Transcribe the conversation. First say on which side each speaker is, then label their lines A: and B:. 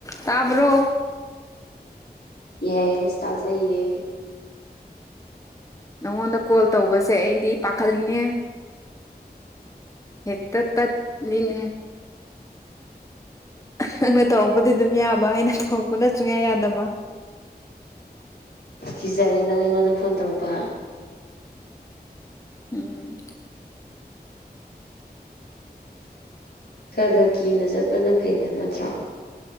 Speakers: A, on the left (about 20°); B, on the left (about 75°).
A: ꯇꯥꯕ꯭ꯔꯣ
B: ꯌꯦꯁ ꯇꯥꯖꯩꯌꯦ
A: ꯅꯉꯣꯟꯗ ꯀꯣꯜ ꯇꯧꯕꯁꯦ ꯑꯩꯗꯤ ꯄꯥꯈꯠꯂꯤꯅꯦ ꯍꯦꯛꯇ ꯇꯠ ꯂꯤꯅꯦ ꯅꯪꯅ ꯇꯧꯔꯛꯄꯗꯤ ꯑꯗꯨꯝ ꯌꯥꯕ ꯑꯩꯅ ꯇꯧꯔꯛꯄꯅ ꯁꯨꯡꯌꯥ ꯌꯥꯗꯕ <unintelligible>
B: ꯀꯤꯖꯩꯔꯣ ꯅꯪ ꯑꯩꯉꯣꯟꯗ ꯐꯣꯟ ꯇꯧꯔꯛꯄ
A: ꯎꯝ
B: ꯈ ꯈꯔ ꯀꯤꯅ ꯆꯠꯄꯅ ꯐꯩꯗ ꯅꯠꯇ꯭ꯔꯣ